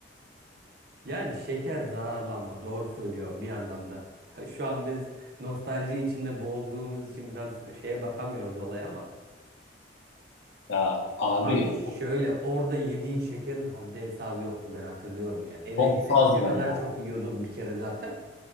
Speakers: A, on the right; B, on the left.
A: Yani şeker zararlı ama doğru söylüyor bir yandan da. <laughs> Şu an biz nostalji içinde boğulduğumuz için biraz şeye bakamıyoruz olaya ama.
B: Ya abi
A: Abi şöyle
B: o
A: orada yediğin şekerin haddi hesabı yoktu ben hatırlıyorum ya. Eve
B: çok
A: gelesiye
B: fazla
A: kadar
B: ya.
A: çok yiyordum bir kere zaten.